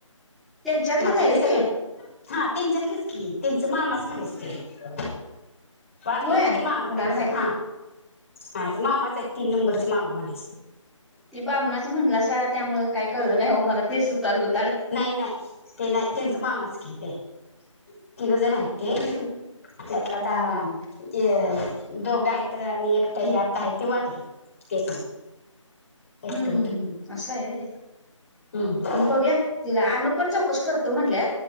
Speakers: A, in the centre; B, on the left.
A: त्यांच्यातलच
B: मग आता
A: आहे
B: हे
A: व्हय
B: सगळं
A: ते?
B: हा त्यांच्यातलीच की त्यांच मामाच म्हणायचं ते. वारलेले
A: होय
B: आहेत ते मामा
A: कुणाला
B: त्यांचं
A: माहिती
B: हा मामाच आहेत तीन नंबरचा मामा म्हणे
A: ते बामणाच म्हणलासा त्यामुळ काही कळलं नाही ओ मला ते सुताडगुताड.
B: नाही नाही ते नाही त्यांच मामाच की ते तिघ जण आहेत ते. त्यातला
A: हम्म
B: त आ
A: हम्म
B: ते दोघ आहेत आणि एकट हे आता आहे ते वारलं ते पण एकट
A: हूं हूं हूं असं आहे व्हयं
B: हूं!
A: बघुया तिला अनू पण चौकशी करतो म्हनल्याय